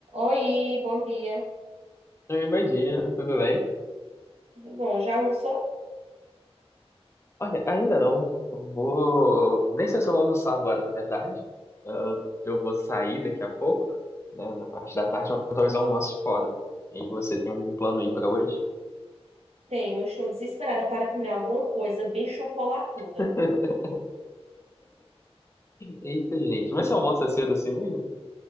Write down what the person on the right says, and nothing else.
Oi, bom dia.
Tudo bom? Já almoçou?
Tenho. Estou desesperada para comer alguma coisa bem chocolatuda.